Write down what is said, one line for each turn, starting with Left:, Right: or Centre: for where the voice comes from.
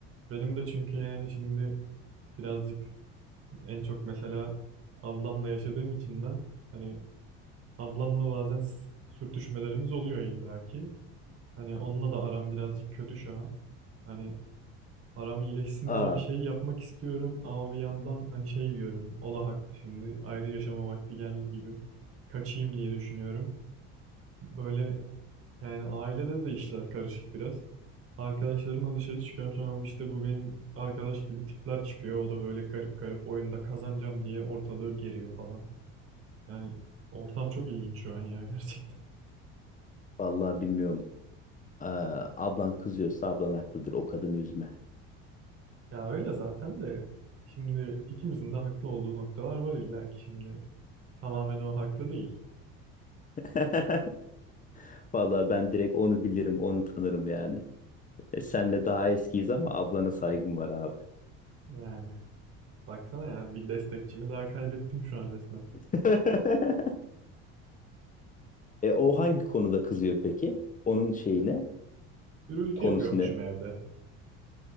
Right: Benim de çünkü yani şimdi birazcık en çok mesela ablamla yaşadığım için ben hani ablamla bazen s- sürtüşmelerimiz oluyor illaki. Hani onunla da aram birazcık kötü şu an. Hani Aram iyileşsin
Left: Aa,
Right: diye bir şey yapmak istiyorum ama bir yandan hani şey diyorum o da haklı şimdi ayrı yaşama vakti geldi gibi kaçayım diye düşünüyorum. Böyle yani ailede de işler karışık biraz. Arkadaşlarımla dışarı çıkıyorum sonra bu işte bu benim arkadaş gibi tipler çıkıyor. O da böyle garip garip oyunda kazanacağım diye ortalığı geriyor falan. Yani ortam çok ilginç şu an ya <laughs> gerçekten.
Left: vallahi bilmiyorum. Aa, ablan kızıyorsa ablan haklıdır. O kadını üzme.
Right: Ya öyle zaten de şimdi ikimizin de haklı olduğu noktalar var illa ki şimdi tamamen o haklı değil.
Left: <laughs> Vallahi ben direkt onu bilirim, onu tanırım yani. E, senle daha eskiyiz ama ablana saygım var abi.
Right: Yani baksana ya bir destekçimi daha kaybettim şu an resmen.
Left: <laughs> E, o hangi konuda kızıyor peki? Onun şeyi ne?
Right: Gürültü
Left: Konusu
Right: yapıyormuşum
Left: ne?
Right: evde.